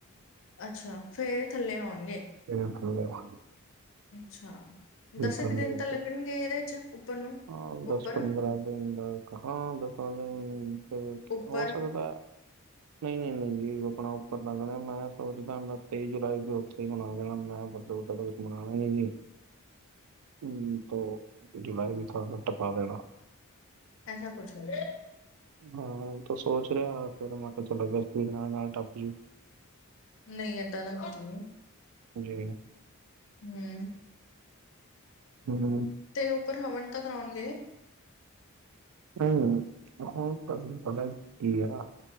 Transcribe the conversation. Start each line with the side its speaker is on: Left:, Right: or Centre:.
Left: ਅੱਛਾ ਫੇਰ ਥੱਲੇ ਹੋਣਗੇ।
Right: <unintelligible>
Left: ਅੱਛਾ।
Right: ਫਿਰ
Left: ਦਸ
Right: ਥੱਲੇ
Left: ਕੁ ਦਿਨ
Right: ਦ-
Left: ਤਾਂ ਲੱਗਣਗੇ ਏਹਦੇ ਚ ਉੱਪਰ ਨੂੰ।
Right: ਹਾਂ ਦਸ
Left: ਉੱਪਰ
Right: ਪੰਦਰਾਂ ਦਿਨ ਦਾ ਹਾਂ ਦਸ ਦਿਨ
Left: ਉੱਪਰ
Right: ਹੋ ਸਕਦਾ। ਨਈ-ਨਈ ਨੀ ਜੀ ਆਪਣਾ ਉੱਪਰ ਲੱਗਣਾ ਮੈਂ ਸੋਚਦਾ ਮੈਂ ਤੇਈ ਜੁਲਾਈ ਵੀ ਓਥੇ ਹੀ ਹੁਣ ਆ ਜਾਣਾ ਮੈਂ ਵੱਡੋ ਵੱਡਾ ਹੁਣ ਆਣਾ ਈ ਨੀ। ਹੂੰ ਤੋਂ ਜਵਾਈ ਵੀ ਥੋੜਾ ਸਾ ਟਪਾ ਦੇਣਾ।
Left: ਐਸਾ ਕੁਛ ਨੀ ਏ।
Right: ਹਾਂ ਤਾਂ ਸੋਚ ਰਿਹਾ ਫੇਰ ਮੈਂ ਕਿਹਾ ਚਲੋ ਅਗਸਤ ਵੀ ਨਾਲ-ਨਾਲ ਟੱਪ ਜੂ।
Left: ਨਈ ਏਦਾਂ ਦਾ ਕੁਛ ਨੀ ਏ।
Right: ਜੀ
Left: ਹੂੰ
Right: ਹੂੰ।
Left: ਤੇ ਉੱਪਰ ਹਵਨ ਤਾਂ ਕਰਾਉਣਗੇ।
Right: ਹੂੰ-ਹੂੰ, ਤਾਂ ਪਤਾ ਕੀ ਆ?